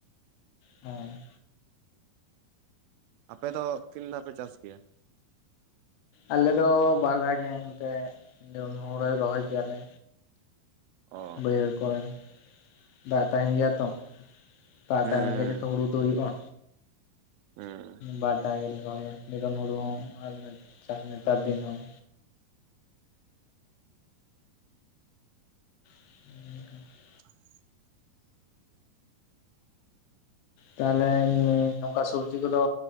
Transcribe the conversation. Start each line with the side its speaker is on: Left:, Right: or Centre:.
Left: ᱦᱮᱸ
Right: ᱟᱯᱮ ᱫᱚ ᱛᱤᱱ ᱫᱷᱟᱣ ᱯᱮ ᱪᱟᱥ ᱜᱮᱭᱟ
Left: ᱟᱞᱮ ᱫᱚ ᱵᱟᱨ ᱫᱷᱟᱣ ᱜᱮ ᱮᱱᱛᱮ ᱦᱳᱲᱳ ᱨᱚᱦᱚᱭ ᱜᱮᱭᱟᱞᱮ
Right: ᱚ
Left: ᱵᱟᱹᱭᱦᱟᱹᱲ ᱠᱚᱨᱮ ᱫᱟᱜ ᱛᱟᱦᱮᱱ ᱜᱮᱭᱟ ᱛᱚ ᱫᱟᱜ
Right: ᱦᱮᱸ
Left: ᱛᱟᱦᱮᱸ ᱞᱮᱱᱠᱷᱟᱱ ᱜᱮ ᱛᱚ ᱦᱩᱲᱩ ᱫᱚ ᱦᱩᱭᱩᱜᱼᱟ
Right: ᱦᱮᱸ
Left: ᱵᱟᱨᱫᱟᱣ ᱫᱷᱟᱣ ᱜᱮᱞᱮ ᱨᱚᱦᱚᱭᱟ ᱱᱤᱨᱚᱱ ᱦᱩᱲᱩ ᱦᱚᱸ ᱟᱨ <unintelligible> ᱱᱮᱛᱟᱨ ᱫᱤᱱ ᱦᱚᱸ <unintelligible>
Right: <unintelligible>
Left: ᱛᱟᱦᱚᱞᱮ <unintelligible> ᱱᱚᱝᱠᱟ ᱥᱚᱵᱡᱤ ᱠᱚᱫᱚ